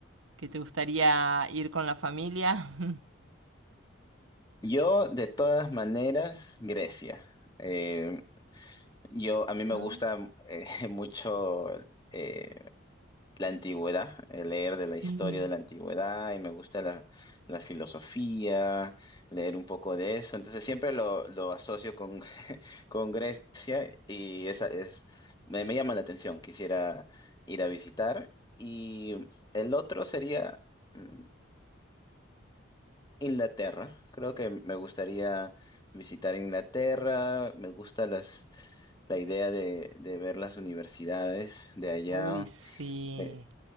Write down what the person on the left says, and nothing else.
Yo, de todas maneras, Grecia. Eh, yo, a mí me
gusta eh, <laughs> mucho eh, la antigüedad, eh, leer de la historia
de la antigüedad y me gusta la, la filosofía, leer un poco de eso. Entonces siempre lo, lo asocio con, <laughs> con Grecia y esa es, me, me llama la atención. Quisiera ir a visitar. Y el otro sería... mm, Inglaterra. Creo que me gustaría visitar Inglaterra. Me gusta las, la idea de, de ver las universidades de allá
que